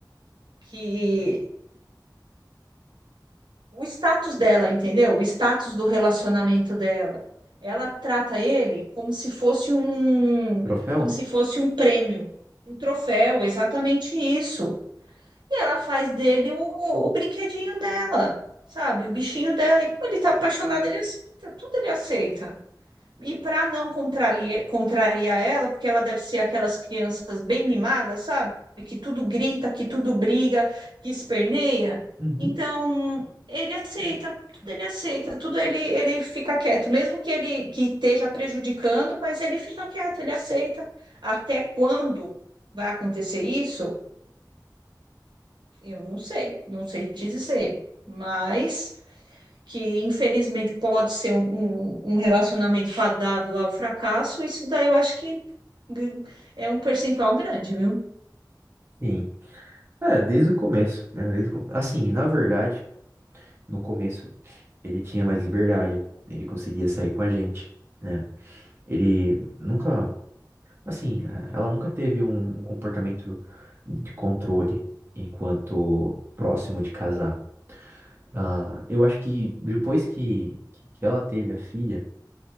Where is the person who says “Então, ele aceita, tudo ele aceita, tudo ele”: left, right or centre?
Right